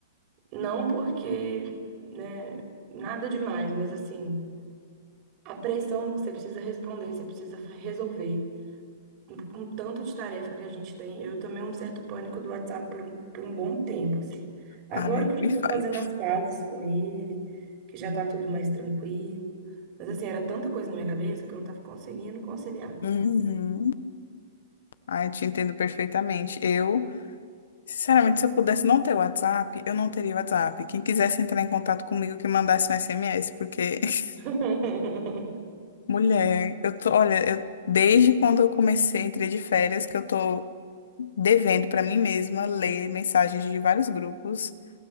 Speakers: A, on the right; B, on the left.
A: Não porque, né, nada demais, mas assim, a pressão que você precisa responder, você precisa fa- resolver. Com tanto de tarefa que a gente tem, eu tomei um certo pânico do WhatsApp por um, por um bom tempo, assim. Agora
B: Ai,
A: que eu
B: me
A: já tô
B: fale.
A: fazendo as pazes com ele, que já tá tudo mais tranquilo. Mas assim, era tanta coisa na minha cabeça que eu não tava conseguindo conciliar.
B: Uhum. Ai, eu te entendo perfeitamente. Eu, sinceramente, se eu pudesse não ter WhatsApp, eu não teria WhatsApp. Quem quisesse entrar em contato comigo, que mandasse um SMS, porque, <laughs>
A: <laughs>
B: mulher, eu tô, olha, eu, desde quando eu comecei, entrei de férias, que eu tô devendo pra mim mesma ler mensagens de vários grupos.